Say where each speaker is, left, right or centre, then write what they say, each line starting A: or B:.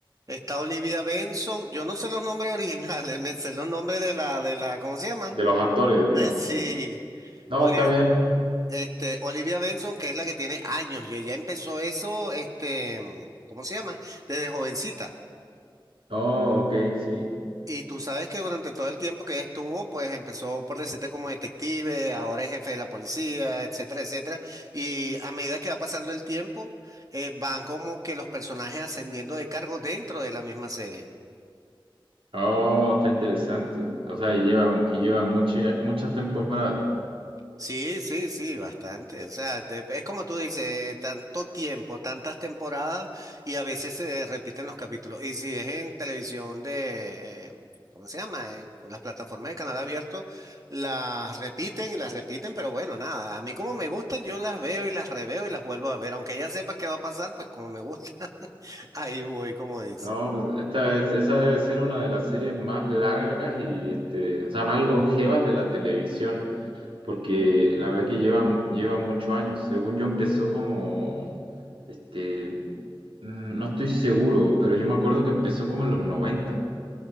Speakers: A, on the right; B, on the right.
A: está Olivia Benson, yo no sé los nombres originales, <laughs> me sé los nombres de la, de la, ¿cómo se llama?
B: De los actores, digamos.
A: Eh, sí,
B: No,
A: Oli-
B: está bien.
A: este, Olivia Benson, que es la que tiene años y ella empezó eso, este, ¿cómo se llama? Desde jovencita.
B: Oh, ok, sí.
A: Y tú sabes que durante todo el tiempo que estuvo, pues empezó por decirte como detective, ahora es jefe de la policía, etcétera, etcétera. Y a medida que va pasando el tiempo, eh, van como que los personajes ascendiendo de cargo dentro de la misma serie.
B: Oh, está interesante. O sea, y lleva, y lleva mucha- muchas temporadas.
A: Sí, sí, sí, bastante. O sea, te- es como tú dices, tanto tiempo, tantas temporadas y a veces se repiten los capítulos. Y si es en televisión de, eh, ¿cómo se llama? En las plataformas de canal abierto, las repiten y las repiten, pero bueno, nada. A mí como me gustan, yo las veo y las reveo y las vuelvo a ver. Aunque ya sepa qué va a pasar, pues como me gusta, <laughs> ahí voy, como dicen.
B: No, pues esta es, esa debe ser una de las series más largas y, este, o sea, más longevas de la televisión, porque la verdad que lleva, lleva muchos años. Según yo empezó como, este, Mm, No estoy seguro, pero yo me acuerdo que empezó como en los noventa.